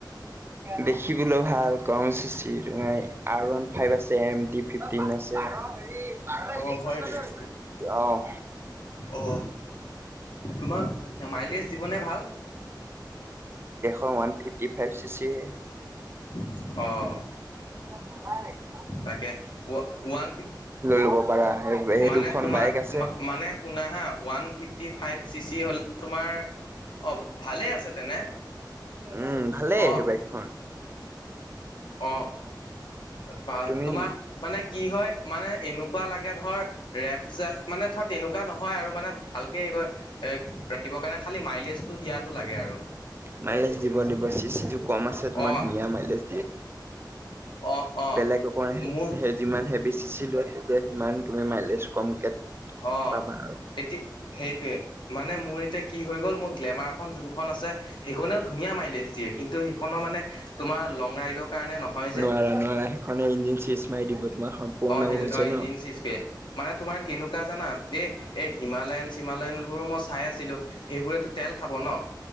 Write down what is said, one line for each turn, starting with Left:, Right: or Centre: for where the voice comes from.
Right: দেখিবলও ভাল কম চিচিৰ। <unintelligible> আৰ ওৱান ফাইভ আছে এম ডি ফিফটিন আছে। <unintelligible>
Left: অ হয় নেকি
Right: অ',
Left: অ তোমাৰ মাইলেজ দিবনে ভাল?
Right: তোমাৰ ৱান ফিফটি ফাইভ চিচি হে।
Left: অঁ।
Right: মজাই লাগে ন'?
Left: তাকে ওৱান
Right: ল'ব পাৰা সেই
Left: মানে
Right: দুখন
Left: তোমাৰ
Right: বাইক আছে
Left: মানে শুনা হা। One fifty five C C হ'লে তোমাৰ, অ, ভালে আছে। তেনে
Right: উম, ভালেই
Left: অ'
Right: সেই বাইকখন।
Left: অঁ। অ' পা
Right: তুমি
Left: তোমাৰ মানে কি হয় মানে, এনেকুৱা লাগে ধৰ ৰেপ চোৱা মানে ধৰ তেনেকুৱা নহয় আৰু মানে ভালকে হে কয় এ ৰাখিবৰ কাৰণে খালি মাইলেজটো দিয়াটো লাগে আৰু।
Right: মাইলেজ দিব দিব চি চিটো কম আছে তোমাৰ
Left: অ'
Right: ধুনীয়া মাইলেজ
Left: অ' অ'
Right: বেলেগ অকণ
Left: মোৰ
Right: যিমান হেবি চি লোৱা তেতিয়া সিমান তুমি মাইলেজ কমকে
Left: অ,
Right: পাবা আৰু
Left: এতি সেইটোৱে মানে মোৰ এতিয়া কি হৈ গ'ল মোৰ গ্লেমাৰ খন যোনখন আছে সেইখনেও ধুনীয়া মাইলেজ দিয়ে। কিন্তু সেইখনৰ মানে তোমাৰ লং ৰাইডৰ কাৰণে নহয় যে
Right: নোৱাৰা নোৱাৰা সেইখনে ইঞ্জিন চিচ মাৰ দিব। তোমাৰ সম্পূৰ্ণ
Left: অ সে
Right: হৈছে
Left: অ ইন্জিনচিচকে
Right: ন
Left: মানে তোমাৰ কেন কেনেকুৱা জানা এই এ হিমালয়ন চিমালয়ন বোৰো মই চাই আছিলো, সেইবোৰেতো তেল খাব ন'!